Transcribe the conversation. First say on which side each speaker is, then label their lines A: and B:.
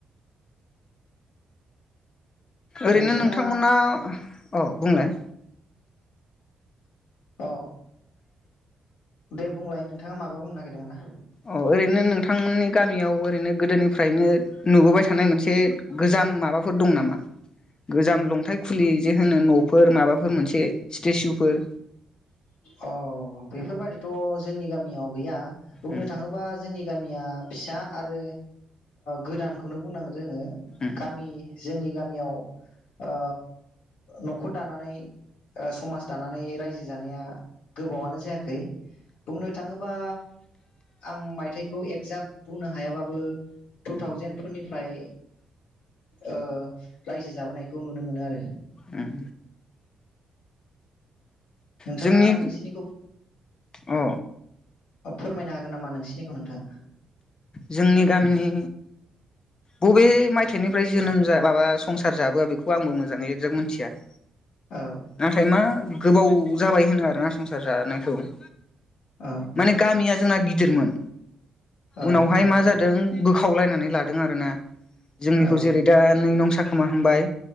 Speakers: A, on the left (about 40°); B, on the left (about 80°).
A: ओरैनो
B: नोंथाङा
A: नोंथांमोना अ बुंलाय।
B: अ। दे बुंलाय नोंथाङा माबा बुंनो नागिरदोंमोन ना?
A: अ ओरैनो नोंथांमोननि गामियाव ओरैनो गोदोनिफ्रायनो नुबोबाय थानाय मोनसे गोजाम माबाफोर दं नामा? गोजाम लंथायाइ खुलि जे होनो न फोर माबाफोर मोनसे स्टेसुफोर।
B: अ बेफोर बाइदिथ जोंनि गामियाव गैया। बुंनो
A: उम
B: थाङोबा जोंनि गामिया फिसा आरो गोदानखौनो बुंनांगोन जोङो।
A: उम
B: गामि। जोंनि गामियाव ओ न'खर दानानै समाज दानानै रायजो जानाया गोबावानो जायाखै। बुंनो थाङोबा आं मायथाइखौ एगजाग बुंनो हायाबाबो टु थावजेेन फोरनिफ्राय ओ रायजो जाबोनायखौ नुनो मोनो आरो।
A: उम
B: नोंथाङा
A: जोंनि
B: नोंसिनिखौ
A: अ
B: अ फोरमायनो हागोन नामा नोंसिनिखौ नोंथाङा?
A: जोंनि गामिनि बबे मायथाइनिफ्राय जोनोम जा माबा संसार जाबोआ बेखौ आंबो मोजाङै जोब मिथिया ।
B: औ
A: नाथाय मा गोबाव जाबाय होनो आरोना संसार जानायखौ ।
B: औ
A: माने गामिया जोंना गि दिरमोन।
B: औ
A: उनावहाय
B: औ
A: मा जादों बोखाव खावलायनानै लादों आरोना । जोंनिखौ
B: औ
A: जेरै दा नोंनाव साखोमा हामबाय